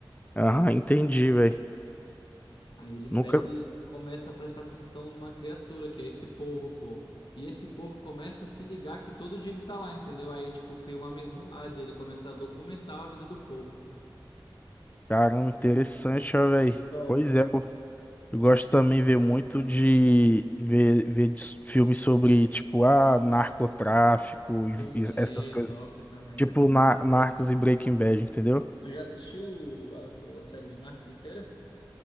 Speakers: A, on the left; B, on the left.
A: Aham, entendi, velho.
B: Aí ele pega
A: Nunca.
B: e começa a prestar atenção numa criatura, que é esse povo, pô. E esse povo começa a se ligar que todo dia ele tá lá, entendeu? Aí, tipo, cria uma amizade, ele começa a documentar a vida do povo, pô.
A: Caramba, interessante, ó, velho.
B: É top,
A: Pois
B: ó.
A: é, eu, eu gosto também de ver muito de ver, ver de filmes sobre, tipo, ah, narcotráfico e,
B: Entendi,
A: e essas coisas.
B: top também.
A: Tipo, na, Narcos e Breaking Bad, entendeu?
B: Tu já assistiu a, a série de Narcos inteira?